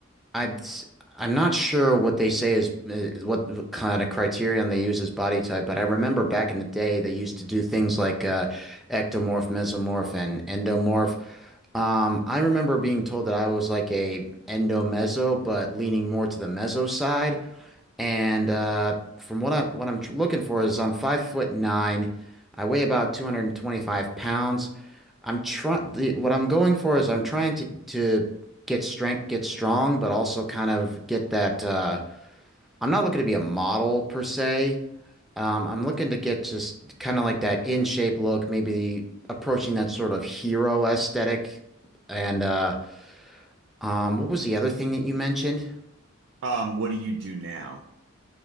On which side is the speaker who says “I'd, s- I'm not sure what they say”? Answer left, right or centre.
Centre